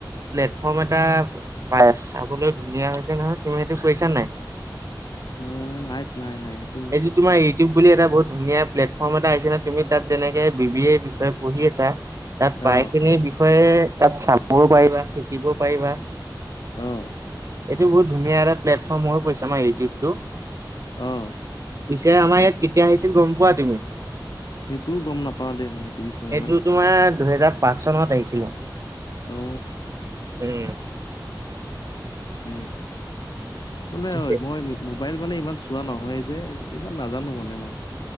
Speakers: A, on the right (about 40°); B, on the left (about 60°).
A: প্লেটফৰ্ম এটা বাছ চাবলৈ ধুনীয়া হৈছে নহয় তুমি সেইটো কৰিছা নাই।
B: উম <unintelligible> নাই নাই ন।
A: এইটো তোমাৰ। বুলি এটা বহুত ধুনীয়া প্লেটফৰ্ম এটাছে নে তুমি তাত যেনেকে বি এৰ বিষয়ে পঢ়ি আছা। তাত প্ৰায়খিনিৰ
B: অ
A: বিষয়ে তাত চাবও পাৰিবা শিকিবও পাৰিবা।
B: অ',।
A: বহু ধুনীয়া এটা প্লেটফৰ্ম হৈ পৰিছে আমাৰ ইউটিউতটো।
B: অ'।
A: পিছে আমাৰ ইয়াত কেতিয়া আহিছিল গম পোৱা তুমি?
B: সেইটোও গম নাপাও দেই মই সেইটো বিষয়ে ইমান।
A: এইটো তোমাৰ দুহেজাৰ পাঁচ চনত আহিছিলে।
B: অ
A: উম,
B: এ কোনে
A: পিছে
B: হয়? মই। মোবাইল মানে ইমান চোৱা নহয় যে ইমান নাজানো মানে মই।